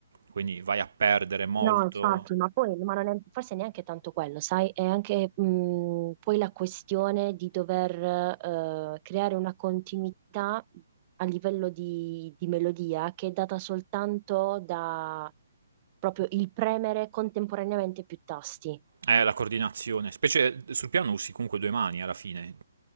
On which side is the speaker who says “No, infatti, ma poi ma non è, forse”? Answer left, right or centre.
Right